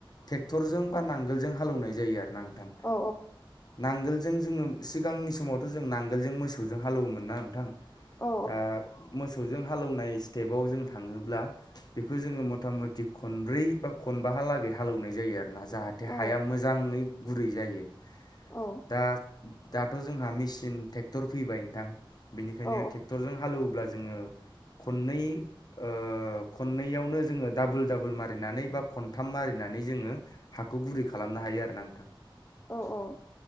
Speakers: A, on the left (about 50°); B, on the left (about 25°).
A: ट्रेक्टरजों बा नांगोलजों हालौनाय जायो आरोना नोंथां।
B: औ
A: नांगोलजों जोङो सिगांनि समावथ' जों नांगोलजों मोसौजों हालौवोमोन ना नोंथां।
B: औ
A: दा मोसौ। सौ जों हालौनाय स्टेबआव जों थाङोब्ला बे जों मथा मथि खनब्रै बा खनबा। हालागै हालएवनाय जायो आरो। ना जाहाथे
B: औ
A: हाया मोजाङै गुरै जायो
B: औ
A: दा। दाथ' जोंहा मेसिन ट्रेक्ट'र फैबाय नोंथां बेनिखायनो
B: औ
A: ट्रेक्ट'रजों हालोवोब्ला जोङो खननै ओ खननैयावनो जोङो डाबोल डाबोल मारिनानै बा खनथाम मारिनानै जोङो हाखौ गुरै खालामनो हायो आरो ना
B: औ औ।